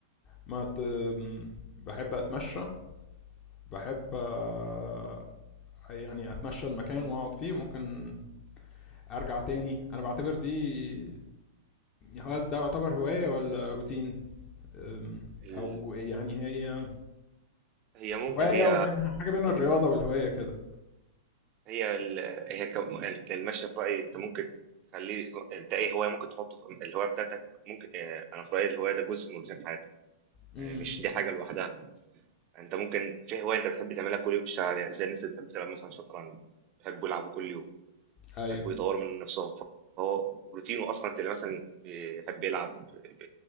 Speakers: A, on the left; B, on the right.
A: ما ت... بحب اتمشى بحب آه، يعني اتمشى المكان واقعد فيه ممكن ارجع تاني انا بعتبر دي هل ده يعتبر هواية ولا روتين أم،
B: ال
A: او يعني هي
B: هي مم
A: هواية
B: هي
A: ومنها حاجة بين الرياضة والهواية كده
B: هي ال... هي كم... المشي في رأيي انت ممكن تخليه انت ايه هواية ممكن تحطه في الهواية بتاعتك ممكن اه، انا في رأيي الهواية ده جزء من روتين حياتك
A: امم
B: يعني مش دي حاجة لوحدها انت ممكن في هواية انت بتحب تعملها كل يوم تشتغل عليها زي الناس اللي بتحب تلعب مثلا شطرنج بيحبوا يلعبوا كل يوم
A: ايوه
B: بيحبوا يطوروا من نفسهم فهو روتينه اصلا انت اللي مثلا بيحب يلعب ب... ب...